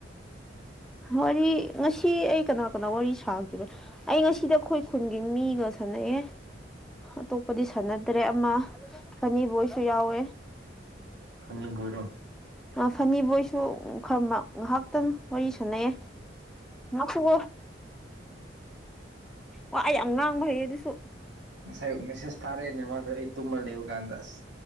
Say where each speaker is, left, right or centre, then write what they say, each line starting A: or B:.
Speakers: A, in the centre; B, on the right.
A: ꯍꯤ ꯋꯥꯔꯤ ꯉꯁꯤ ꯑꯩ ꯀꯅꯥ ꯀꯅꯥ ꯋꯥꯔꯤ ꯁꯥꯈꯤꯕ ꯑꯩ ꯉꯁꯤꯗꯤ ꯑꯩꯈꯣꯏ ꯈꯨꯟꯒꯤ ꯃꯤꯒ ꯁꯅꯥꯌꯦ
B: ꯒ
A: ꯑꯇꯣꯞꯄꯗꯤ ꯁꯥꯟꯅꯗ꯭ꯔꯦ ꯑꯃ ꯐꯅꯤꯕꯣꯏꯁꯨ ꯌꯥꯎꯋꯦ
B: ꯐꯅꯤꯕꯣꯏꯔꯣ
A: ꯐꯅꯤꯕꯣꯏꯁꯨ ꯈꯔ ꯉꯥꯏꯍꯥꯛꯇꯪ ꯋꯥꯔꯤ ꯁꯥꯅꯥꯌꯦ ꯑꯣ ꯋꯥ ꯌꯥꯝ ꯉꯥꯡꯕ ꯍꯩꯌꯦ ꯑꯗꯨꯁꯨ
B: ꯉꯁꯥꯏ ꯃꯦꯁꯦꯁ ꯇꯥꯔꯛꯑꯦꯅꯦ ꯃꯥꯗꯣ ꯑꯩ ꯇꯨꯝꯃ ꯂꯩꯕ ꯀꯥꯟꯗꯁ